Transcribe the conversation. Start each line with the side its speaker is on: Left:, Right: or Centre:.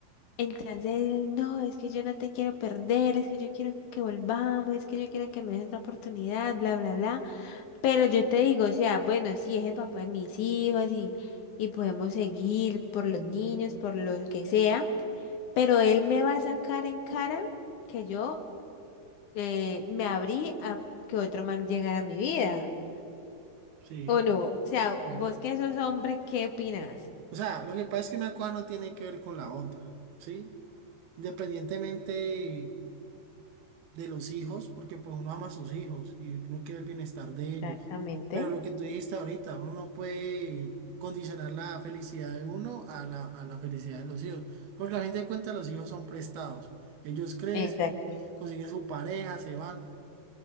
Left: Entonces, él, no, es que yo no te quiero perder, es que yo quiero que volvamos, es que yo quiero que me des otra oportunidad, bla, bla, bla. Pero yo te digo, o sea, bueno, sí, es el papá de mis hijos y, y podemos seguir por los niños, por lo que sea, pero él me va a sacar en cara que yo eh, me abrí a que otro man llegara a mi vida,
Right: sí,
Left: ¿o no? O sea,
Right: claro.
Left: vos que sos hombre, ¿qué opinas?
Right: O sea, lo que pasa es que una cosa no tiene que ver con la otra, ¿sí? Independientemente de los hijos, porque pues uno ama a sus hijos y uno quiere el bienestar de
Left: Exactamente.
Right: ellos. Pero lo que tú dijiste ahorita, uno no puede condicionar la felicidad de uno a la, a la felicidad de los hijos, porque a fin de cuentas los hijos son prestados. Ellos crecen,
Left: Exacto.
Right: consiguen su pareja, se van.